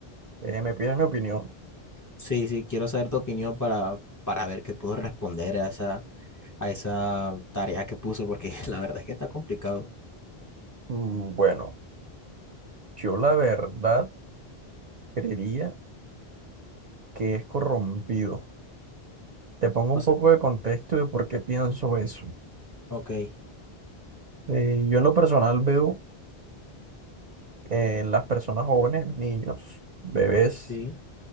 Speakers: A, on the right (about 50°); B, on the left (about 20°).
A: Eh, me pides mi opinión.
B: Sí, sí, quiero saber tu opinión para, para ver qué puedo responder a esa, a esa tarea que puso, porque <laughs> la verdad es que está complicado.
A: Mm, Bueno, yo la verdad creería que es corrompido. Te pongo
B: O
A: un
B: sea,
A: poco de contexto de por qué pienso eso.
B: ok,
A: Eh, yo en lo personal veo eh, las personas jóvenes, niños, bebés,
B: sí,